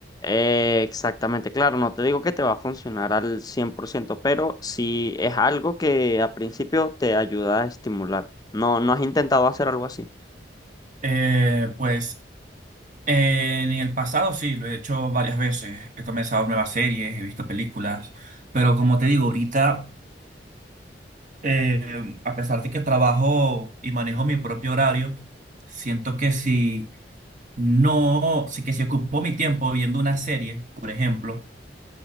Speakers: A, on the left; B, on the right.
A: Eh, exactamente, claro, no te digo que te va a funcionar al 100%, pero sí es algo que a principio te ayuda a estimular. ¿No, no has intentado hacer algo así?
B: Eh, pues eh, en el pasado sí, lo he hecho varias veces. He comenzado nuevas series, he visto películas, pero como te digo, ahorita, eh, a pesar de que trabajo y manejo mi propio horario, siento que si no, si que si ocupo mi tiempo viendo una serie, por ejemplo,